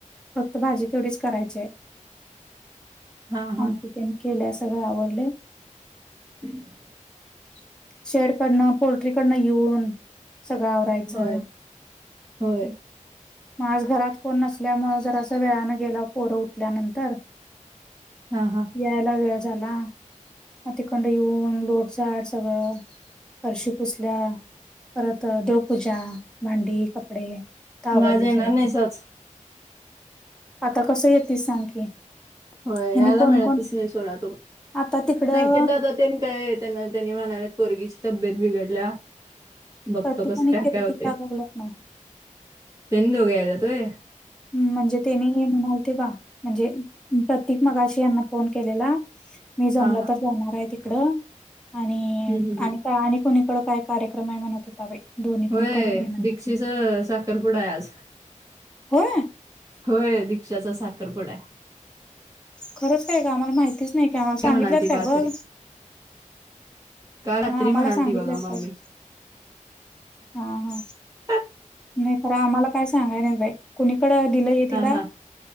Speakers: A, in the centre; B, on the right (about 25°).
A: फक्त भाजी तेवढीच करायची आहे
B: हा हा
A: <unintelligible> आमची केल्या सगळं आवडले.
B: <unintelligible>
A: <unintelligible> शेडकडनं पोल्ट्रीकडनं येऊन सगळं आवरायचं.
B: होय होय.
A: माज घरात कोण नसल्यामुळ जर असं वेळनें गेलं पोरं उठल्यानंतर
B: हा हा.
A: यायला वेळ झाला म तिकंड येऊन लोट झाड सगळं फरशी पुसल्या परत देवपूजा, भांडी, कपडे आवरलय
B: माझ येणार
A: सगळं
B: नाही सच
A: आता कसं येेतीस सांग की.
B: होय
A: ह्यांनी
B: यायला
A: कोण
B: मिळतच
A: कोण
B: नाही सोडा तुम्हा
A: आता तिकडं
B: संकेतदादा त्यांनी काय त्यां त्यांनी म्हणाल्यात पोरगीची तब्येत बिघडल्या बघतो
A: प्रतीक
B: कसं
A: आणि
B: काय
A: कीर्ती
B: काय होतय.
A: यायला लागल्यात नव्ह
B: त्यांनी दोघे आल्यात होय.
A: हम्म म्हणजे तेनी म्हणाल ते बा म्हणजे प्रतीक मगाशी यांना फोन केलेला मी जमल
B: हा हा
A: तर जाणार आहे इकड आणि
B: हम्म हम्म हम्म.
A: आणि काय आणि कोणीकड काय कार्यक्रम आहे म्हणत होता. दोन्ही
B: होय
A: पण करून येणार
B: दी्क्षिच साखरपुडा आहे आज.
A: होय.
B: होय दीक्षाचा साखरपुडा आहे.
A: खरच काय ग आम्हांला माहितीच नाही की आम्हांला
B: काय
A: सांगितल्यात
B: म्हणाल ती
A: काय
B: बातरी
A: बघ.
B: काल रात्री
A: हां आम्हाला
B: म्हणाल
A: सांगितल्यात
B: ती बघा मम्मी
A: काल हां हां
B: हा
A: नाही खरं आम्हांला काय सांगाय नाहीत बाई कुणीकड दिलंय तिला?
B: हा